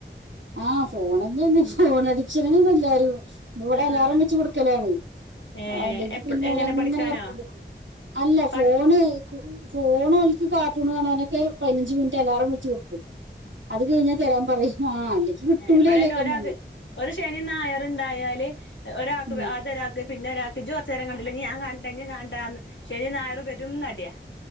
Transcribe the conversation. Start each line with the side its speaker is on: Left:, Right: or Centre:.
Right: ആഹ ഫോണന്നെയന്നെ ഫോണടിച്ച എല്ലാരും ഇവിടെ
Left: ആഹ്
Right: അലാറം വെച്ച് കൊടുക്കലാണ
Left: ഏഹ്
Right: അല്ലെങ്കി
Left: എപ്പ
Right: പിന്നെ
Left: എങ്ങനെ
Right: ഒരു അങ്ങനെ
Left: പഠിക്കാനോ
Right: കണ്ട കൊടുക്കും അല്ല
Left: പഠി
Right: ഫോണ് പോൺ ലക്ക് കാർട്ടൂൺ കാണാനൊക്കെ പതിനഞ്ച് മിനിറ്റ് അലാറം വെച്ച് കൊടുക്കും അത് കഴിഞ്ഞ തരാൻ പറയും ആ അല്ലെങ്കിൽ കിട്ടൂലല്ലേക്കൊന്ന്
Left: ഇവിടെ തന്നെ ഒരാൾക്ക് ഒരു ശനിയ നായർുണ്ടായാല് ഒരാൾക്ക്
Right: ഉം
Left: ആതൊരാൾക്ക് പിന്നെ രാഖിജു കുറച്ചു നേരം കണ്ടില്ല ഞാൻ കണ്ടട്ട ഇനി കാണ്ടട്ടാന്ന് ശനി ഞായർ വരും അടിയാ